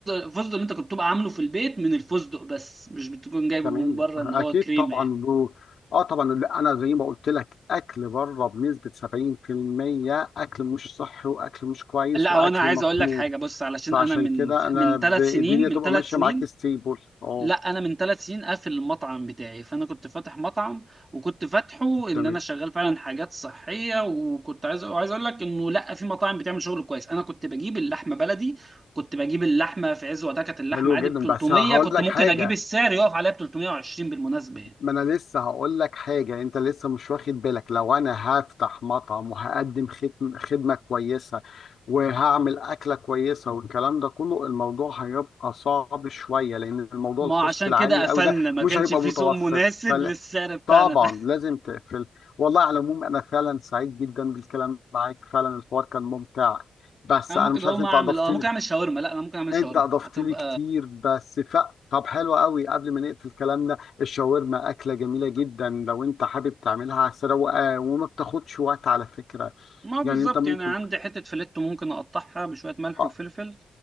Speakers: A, on the right; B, on the left.
A: فستق اللي انت كنت تبقى عامله في البيت من الفستق بس مش بتكون جايبه
B: تمام
A: من بره
B: اكيد
A: ان هو كريمه
B: طبعا
A: يعني
B: له اه طبعا لا انا زي ما قلت لك اكل بره بنسبه 70% اكل مش صحي واكل مش كويس
A: لا
B: واكل
A: وانا عايز
B: مخلوط
A: اقول لك حاجه بص علشان
B: فعشان
A: انا من
B: كده انا
A: من
B: ب...
A: ثلاث
B: الدنيا
A: سنين
B: تبقى
A: من ثلاث
B: ماشيه
A: سنين
B: معاك ستيبل اه
A: لا انا من ثلاث سنين قافل المطعم بتاعي فانا كنت فاتح مطعم وكنت فاتحه ان
B: تمام
A: انا شغال فعلا حاجات صحيه وكنت عايز وعايز اقول لك انه لا في مطاعم بتعمل شغل كويس انا كنت بجيب اللحمه بلدي كنت بجيب اللحمه في عز وقتها كانت اللحمه
B: حلو
A: عادي
B: جدا
A: ب 300
B: بس هقول
A: كنت
B: لك
A: ممكن
B: حاجه
A: اجيب السعر يقف عليها ب 320 بالمناسبه يعني
B: ما انا لسه هقول لك حاجه انت لسه مش واخد بالك لو انا هفتح مطعم وهقدم خدم- خدمه كويسه وهعمل اكله كويسه والكلام ده كله الموضوع هيبقى صعب شويه لان الموضوع
A: ما
B: الكوست
A: عشان
B: العالي
A: كده قفلنا
B: قوي ده
A: ما
B: مش
A: كانش
B: هيبقى
A: في
B: متوفر
A: سوق مناسب
B: فل...
A: للسعر بتاعنا
B: طبعا
A: <laughs> ف...
B: لازم تقفل والله على العموم انا فعلا سعيد جدا بالكلام معاك فعلا الحوار كان ممتع بس
A: انا
B: انا
A: ممكن
B: مش
A: اقوم
B: عارف انت
A: اعمل
B: اضفت
A: اه ممكن اعمل شاورما لا انا ممكن اعمل
B: انت
A: شاورما
B: اضفت
A: هتبقى
B: لي كتير بس ف... طب حلو قوي قبل ما نقفل كلامنا الشاورما اكله جميله جدا لو انت حابب تعملها على السريع آه، وما بتاخدش وقت على فكره
A: ما بالظبط
B: يعني انت ممكن
A: يعني عندي حتة فيليتو ممكن اقطعها بشوية ملح
B: آه،
A: وفلفل